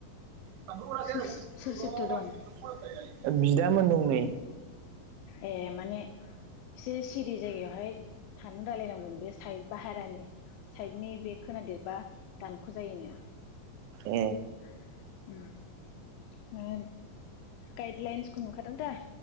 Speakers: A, on the right (about 85°); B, on the left (about 85°).
A: <unintelligible>
B: सोर सोर सोरथो दं
A: बिदामोन दं नै।
B: ए माने एसे सिरि जायगायावहाय थानो रायलायनांगौ नो बे साइ बाहेरानि साइडनि बे खोनादेरबा दानख' जायोनो।
A: ए
B: उम <unintelligible> गाइडलाइन्सखौ नुखादों दा?